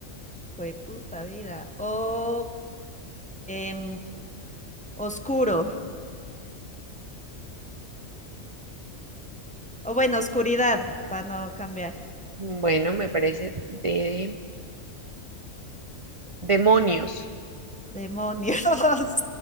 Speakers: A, in the centre; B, on the right.
A: fue puta vida. O em, oscuro. O bueno, oscuridad, para no cambiar.
B: Bueno, me parece de demonios.
A: Demonios.